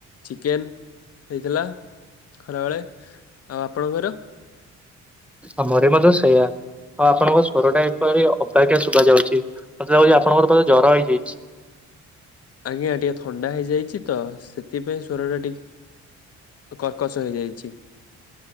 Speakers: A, on the left; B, in the centre.
A: ଚିକେନ ହେଇଥିଲା। ଖରାବଳେ ଆପଣଙ୍କର?
B: ଆମରି ମଧ୍ୟ ସେଇଆ। ହଁ ଆପଣଙ୍କ ସ୍ୱର ଟା ଏପରି ଅବାଗିୟା ଶୁଭା ଯାଉଛି ମତେ ଲାଗଛି ଆପଣକୁ ବୋଧେ‌ ଜର ହେଇଯାଇଛି।
A: ଆଜ୍ଞା ଟିକେ ଥଣ୍ଡା ହେଇଯାଇଛି ତ ସେଥିପାଇଁ ସ୍ୱରଟା ଟିକେ କର୍କସ ହେଇଯାଇଛି